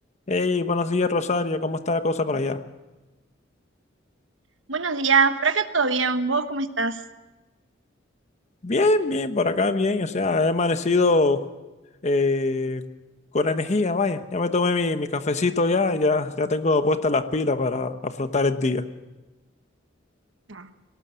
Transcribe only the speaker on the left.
Hey, buenos días, Rosario. ¿Cómo está la cosa por allá?
Bien, bien, por acá, bien. O sea, he amanecido eh, con energía, vaya. Ya me tomé mi, mi cafecito ya, y ya, ya tengo puestas las pilas para afrontar el día.